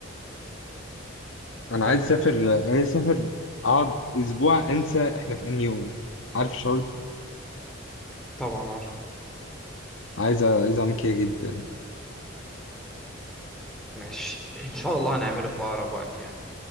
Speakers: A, in the centre; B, on the left.
A: أنت
B: انا
A: فاهم
B: عايز اسافر عايز اسافر اقعد اسبوع انسى احنا في انهي يوم عارف الشعور ده
A: طبعا عارف
B: عايز عايز اعمل كده جدا
A: ماشي إن شاء الله هنعمله في أقرب وقت يعني